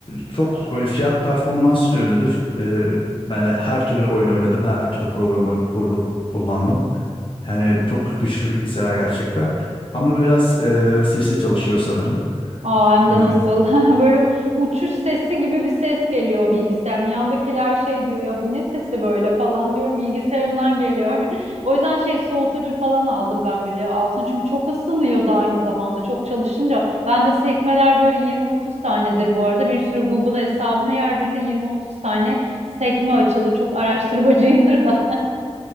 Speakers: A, on the left; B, on the right.
A: çok böyle fiyat performans ürünüdür. E, ben her türlü oyun oynadım. Her türlü programı kurdum, kullandım. Yani
B: Hı.
A: çok güçlü bilgisayar gerçekten. Ama biraz e, sesli çalışıyor sanırım.
B: Aa, hem de
A: E,
B: nasıl? <laughs> Böyle u- uçuş sesi gibi bir ses geliyor o bilgisayarın. Yandakiler şey diyor ya bu ne sesi böyle falan diyorum. Bilgisayarımdan geliyor. <laughs> O yüzden şey soğutucu falan aldım ben böyle altın. Çünkü çok ısınıyor da aynı zamanda çok çalışınca. Bende sekmeler böyle 20-30 tanedir bu arada. Bir sürü Google hesabımda yer birinde 20-30 tane sekme açılır. Çok araştırmacıyımdır da.